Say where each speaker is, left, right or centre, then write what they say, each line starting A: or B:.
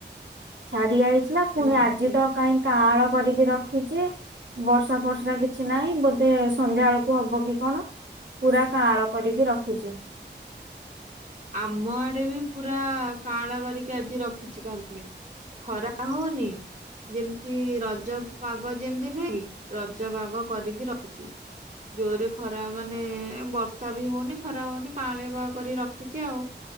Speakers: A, on the right; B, on the right.
A: ଛାଡି ଯାଇ ଥିଲା ପୁଣି
B: ଓହୋ।
A: ଆଜି ତ କାହିଁ କାଁଳ କରିକି ରଖ ରଖିଛି ବର୍ଷା ଫର୍ଷା କିଛି ନାହିଁ ବୋଧେ ସନ୍ଧ୍ୟା ବେଳକୁ ହବ କି କଣ? ପୁରା କାଁଳ କରିକି ରଖିଛି।
B: ଆମ ଆଡେ ବି ପୁରା କାଳ କରିକି ଆଜି ରଖିଛି କ'ଣ ପାଇଁ? ଖରା ହଉନି। ଯେମିତି ରଜ ପାଗ ଯେମତି ନୁହେଁ କି? ରଜ ପଗ କରିକି ରଖିଛି। ଜୋରରେ ଖରା ମାନେ ବର୍ଷା ବି ହଉନି ଖରା ହଉନି କାଳିବ କରି ର ଖିଛି ଆଉ